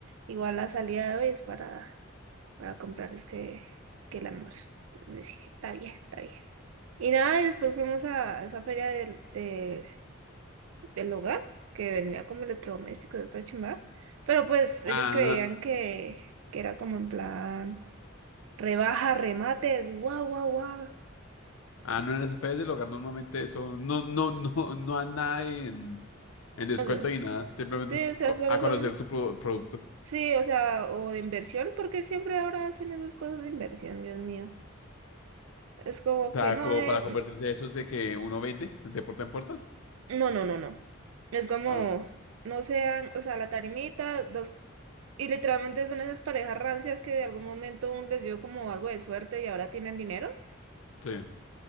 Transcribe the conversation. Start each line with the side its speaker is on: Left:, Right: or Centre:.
Right: igual la salida de hoy es para para comprarles que, que el almuerzo. Entonces dije, está bien, está bien. Y nada, y después fuimos a esa feria del, de- del hogar, que vendía como electrodomésticos de toda chimba. Pero pues ellos
Left: Ah,
Right: creían que, que era como en plan rebaja, remates, guau, guau, guau.
Left: ah, no en las afueras del hogar normalmente eso no no <laughs> no no hay nada en en descuento
Right: Eh,
Left: ni nada, simplemente
Right: Sí,
Left: es
Right: o sea,
Left: co-
Right: solo
Left: a conocer
Right: son,
Left: su pro- producto.
Right: sí, o sea, o de inversión, porque siempre ahora hacen esas cosas de inversión, Dios mío. Es como
Left: O sea,
Right: que no,
Left: como
Right: eh,
Left: para convertirse en esos de que uno vende de puerta en puerta.
Right: No, no, no, no. Es como,
Left: Ah,
Right: no sean, o sea, la tarimita, dos, y literalmente son esas parejas rancias que de algún momento un les dio como algo de suerte y ahora tienen dinero.
Left: sí.